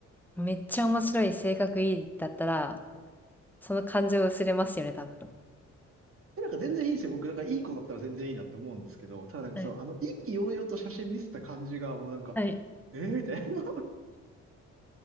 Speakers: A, in the centre; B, on the right (about 45°).
A: めっちゃ面白い、性格いいだったら、その感情薄れますよね、多分。
B: え、なんか全然いいんですよ。僕、なんかいい子だったら全然いいなって思うんですけど、ただなんかその、
A: はい。
B: あの、意気揚々と写真見せた感じが、もうなんか、
A: はい。
B: えー、みたいな。<laughs>